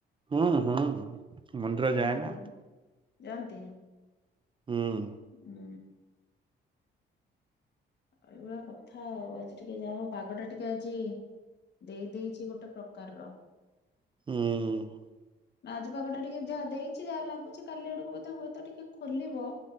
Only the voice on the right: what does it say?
ହଁ ହଁ ହଁ ମନ୍ଦିର
ଯାଏ ନା।
ହୁଁ।
ହୁଁ।